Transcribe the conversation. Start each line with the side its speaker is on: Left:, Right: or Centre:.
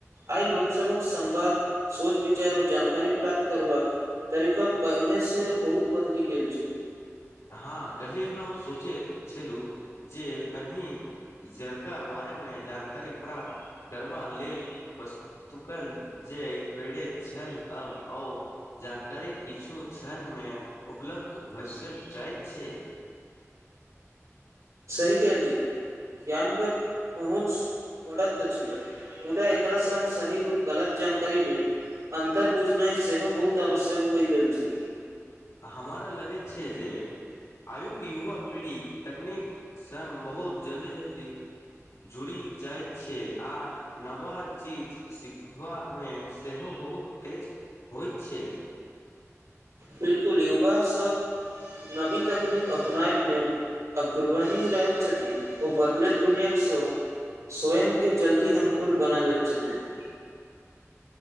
Right: आइ लोक लोक सभक संवाद सोच विचार ओ जानकारी प्राप्त करबाक तरीका पहिनेसँ बहुत बदलि गेल छै
Left: हँ कल्हे हम सोचैत छलहुँ जे पनहि जरका बारेमे जानकारी प्राप्त करबा लेल पस्तुकल जे पेड़े छल अब ओ जानकारी किछु क्षणमे उपलब्ध भवष्य जाइ छै
Right: सही कहलिय ज्ञान पर पहुँच बढ़त अछि मुद्दा एकरा संग सही आओर गलत जानकारीमे अन्तर बुझनाइ सेहो बहुत आवश्यक भए गेल छै
Left: हमरा लगैत छै जे आयुक युवा पीढ़ी तकनीक संग बहुत जल्दी जल्दी जुड़ि जाइत छै आ नवा चीज सिखबामे सेहो बहुत तेज होइ छै
Right: बिलकुल युवा सब नबी तकनीक अपनाय मे अग्रवनी रहैत छथि ओ बदलैत दुनिया सो स्वयं के जल्दी अनुकूल बना लैत छथिन